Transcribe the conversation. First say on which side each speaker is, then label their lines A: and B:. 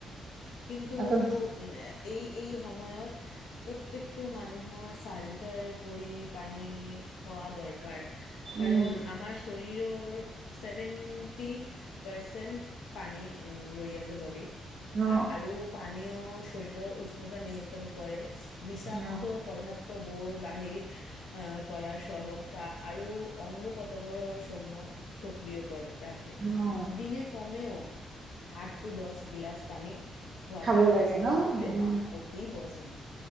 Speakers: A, on the left (about 85°); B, on the right (about 55°).
A: কিন্তু
B: আচল
A: উম এই এই সময়ত প্ৰত্যেকটো মানুহৰ চাৰ লিটাৰ কৰি পানী খোৱা দৰকাৰ কাৰণ
B: উম
A: আমাৰ শৰীৰৰ ৰৰ চেভেনটি পাৰ্চেন্ট পানী ৰৈ আছে বডিত
B: অ
A: আৰু পানীয় শৰীৰৰ উচ সিহত নিয়ন্ত্ৰণ কৰে বিষাক্ত
B: অ
A: পদাৰ্থ বৰ বাহিৰ অ কৰাৰ চহতা আৰু অংগ পতংগসমূহক সক্ৰিয় কৰে। ৰাখে
B: অ অ
A: দিনে কমেও আঠ টো দছ গিলাছ পানী খোৱাটা
B: খাব
A: স্বাস্থ্যৰ
B: লাগে ন
A: বাবে
B: উম,
A: অতি বয়চ- ধুনীয়া